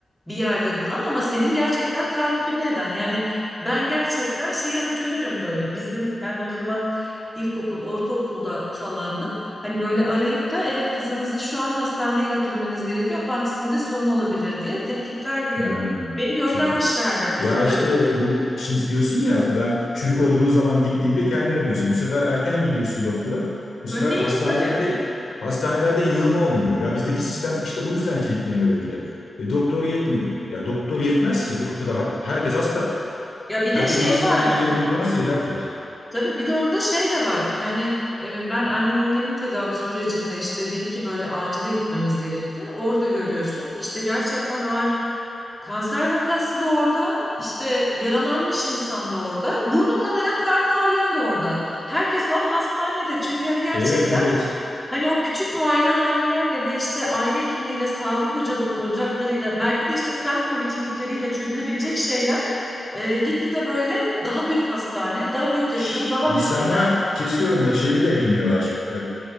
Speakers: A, in the centre; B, on the left.
A: bir yerde duran ama senin gerçekten takibini eden yani ben gerçekten şeyi hatırlarım böyle. Bizim ben o zaman ilkokul, ortaokulda falandım. Hani böyle arayıp da evet kızınızı şu an hastaneye götürmeniz gerekiyor. Apantisinde sorun olabilir diye, tetkikler diye
B: Ha,
A: beni göndermişlerdi
B: çok iyi.
A: mesela.
B: Ya işte bu şimdi diyorsun ya ben çürük olduğu zaman gittiğinde kendin ödüyorsun. Bu sefer erken gidiyorsun doktora. Bu sefer
A: Önleyici
B: hastanelerde
A: tabii.
B: hastanelerde yığılma olmuyor. Ya bizdeki sistem işte bu yüzden kilitleniyor belki de. E, doktor yetmiyor. Ya doktor yetmez ki. Bu kadar ha- herkes hasta.
A: Ya bir
B: Herkesin
A: de şey
B: hasta
A: var.
B: olduğu bir ülkede doktor nasıl yeter ki?
A: Tabii bir de orada şey de var. Yani e, ben annemin tedavi sürecinde işte bir iki böyle acile gitmemiz gerekti. Orada görüyorsun. İşte gerçekten ağır Kanser vakası da orada, işte yaralanmış insan da orada, burnu kanayan, karnı ağrıyan da orada. Herkes o an hastanede çünkü hani gerçekten
B: Evet evet.
A: hani o küçük muayenehanelerle ve işte aile hekimliğiyle, sağlık hocalı- ocaklarıyla, belki de işte semt poliklinikleriyle çözülebilecek şeyler e, gitgide böyle daha büyük hastane, daha büyük yatırım,
B: Şş,
A: daha
B: İnsanlar
A: büyük bina.
B: kesiyorum da şeyi de bilmiyorlar. Ee,